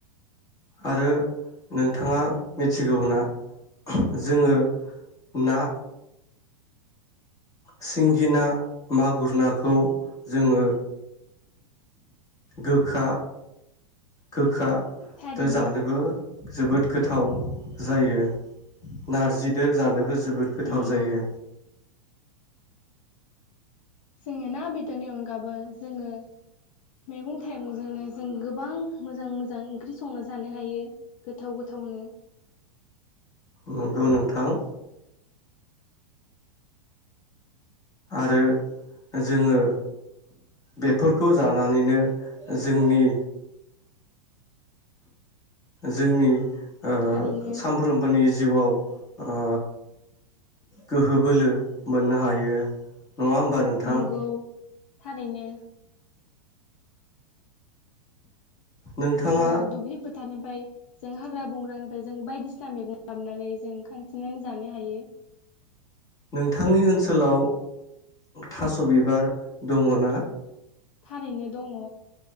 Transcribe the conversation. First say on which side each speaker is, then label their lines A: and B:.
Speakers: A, on the left; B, on the left.
A: आरो नोंथाङा मिथिगौना जोङो ना सिंगिना मागुर नाखौ जोङो गोखा गोखा
B: थारैनो
A: दो जानोबो जोबोद गोथाव जायो नारजिदो जानोबो जोबोद गोथाव
B: नंगौ
A: जायो।
B: जोङो ना बेदरनि गाबो जोङो मैगं थाइगंजोंनो जों गोबां मोजां मोजां ओंख्रि संना जानो हायो गोथाव गोथावनो।
A: नोंगौ नोंथां। आरो जोङो बेफोरखौ जानानैनो जोंनि जोंनि ओ
B: थारैनो
A: सामफ्रोमबोनि जिउआव ओ गोहो बोलो मोननो हायो। नङा होमबा नोंथां?
B: नंगौ थारैनो।
A: नोंथाङा
B: जोङो दुब्लि फोथारनिफ्राय जों हाग्रा बंग्रानि जों बायदिसिना मैगं लाबनानै जों खांथिंनानै जानो हायो
A: नोंथांनि ओनसोलाव थास' बिबार दङ ना?
B: थारैनो दङ